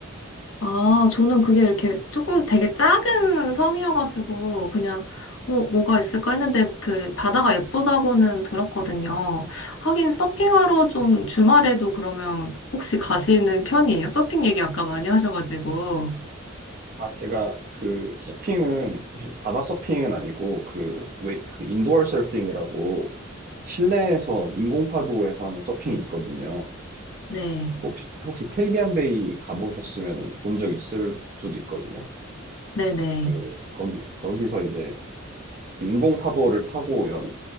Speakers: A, on the left; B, on the right.
A: 아, 저는 그게 이렇게 조금 되게 작은 섬이어가지고 그냥 어, 뭐가 있을까 했는데 그 바다가 예쁘다고는 들었거든요. 하긴 서핑하러 좀 주말에도 그러면 혹시 가시는 편이에요? 서핑 얘기 아까 많이 하셔가지고.
B: 아, 제가 그 서핑은, 사실 바다 서핑은 아니고, 그, 웨이, 그 인도어 서핑이라고 실내에서 인공파도에서 하는 서핑이 있거든요.
A: 네.
B: 혹시, 혹시 캐리비안 베이 가보셨으면 본 적 있을 수도 있거든요.
A: 네네.
B: 그, 거기, 거기서 이제 그 인공파도를 타고 이런